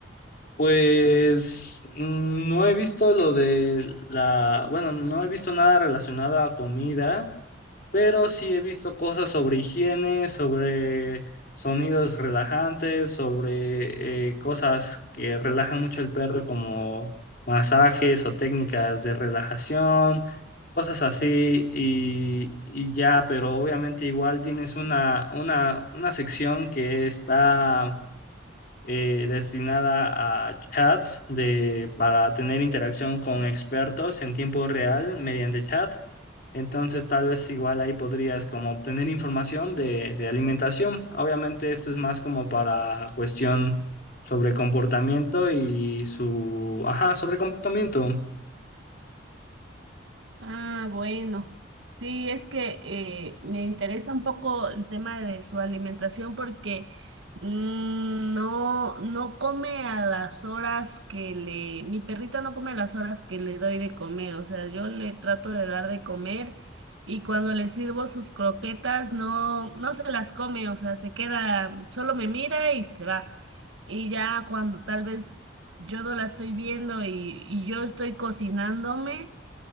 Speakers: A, on the left (about 50°); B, on the right (about 75°).
A: Pues mm, no he visto lo de la, bueno, no he visto nada relacionado a comida. pero sí he visto cosas sobre higiene, sobre sonidos relajantes, sobre eh, cosas que relajan mucho al perro como masajes o técnicas de relajación, cosas así y, y ya, pero obviamente igual tienes una, una, una sección que está... eh, destinada a chats de, para tener interacción con expertos en tiempo real mediante chat entonces, tal vez igual ahí podrías como obtener información de, de alimentación. Obviamente, esto es más como para cuestión sobre comportamiento y su... Ajá, sobre comportamiento.
B: Ah, bueno. Sí, es que eh, me interesa un poco el tema de su alimentación porque mm, no, no come a las horas que le, mi perrita no come a las horas que le doy de comer, o sea, yo le trato de dar de comer y cuando le sirvo sus croquetas no, no se las come, o sea, se queda, solo me mira y se va. Y ya cuando tal vez yo no la estoy viendo y, y yo estoy cocinándome